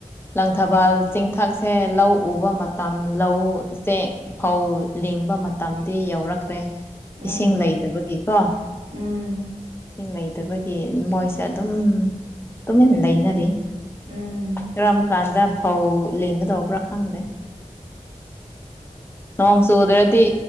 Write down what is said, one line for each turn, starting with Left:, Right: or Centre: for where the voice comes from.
Left: ꯂꯪꯊꯕꯥꯜ ꯆꯤꯡꯊꯛꯁꯦ ꯂꯧ ꯎꯕ ꯃꯇꯝ ꯂꯧ ꯆꯦꯛ ꯐꯧ ꯂꯤꯡ ꯃꯇꯝꯗꯤ ꯌꯧꯔꯛꯈ꯭ꯔꯦ
Right: ꯎꯝ
Left: ꯏꯁꯤꯡ ꯂꯩꯇꯕꯒꯤ ꯀꯣ
Right: ꯎꯝ
Left: ꯏꯁꯤꯡ ꯂꯩꯇꯕꯒꯤ ꯃꯣꯏꯁꯦ ꯑꯗꯨꯝ ꯇꯨꯃꯤꯟꯅ ꯂꯩꯅꯔꯤ
Right: ꯎꯝ
Left: ꯀꯔꯝꯀꯥꯟꯗ ꯐꯥꯎ ꯂꯤꯡꯒꯗꯥꯧꯕꯔ ꯈꯪꯗꯦ ꯅꯣꯡ ꯆꯨꯗ꯭ꯔꯗꯤ